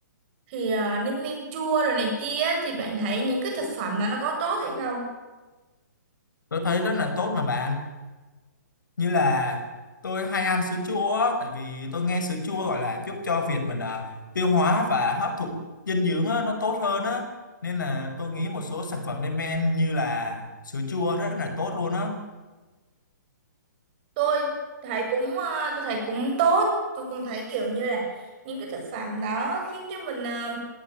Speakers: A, on the right (about 35°); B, on the left (about 90°).
A: thì uh, lên men chua rồi này kia á, thì bạn thấy những cái thực phẩm đó nó có tốt hay không
B: Tôi thấy rất là tốt mà bạn. Như là tôi hay ăn sữa chua á, tại vì tôi nghe sữa chua gọi là giúp cho việc mình à, tiêu hóa và hấp thụ dinh dưỡng á, nó tốt hơn á. Nên là tôi nghĩ một số sản phẩm lên men như là sữa chua rất là tốt luôn á.
A: tôi thấy cũng ờ, tôi thấy cũng tốt tôi cũng thấy kiểu như là những cái thực phẩm đó khiến cho mình ờ,